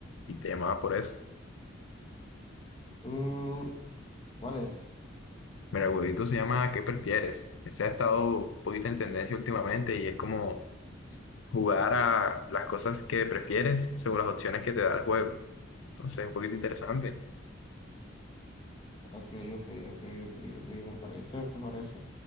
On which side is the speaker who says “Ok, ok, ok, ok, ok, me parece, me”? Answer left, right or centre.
Left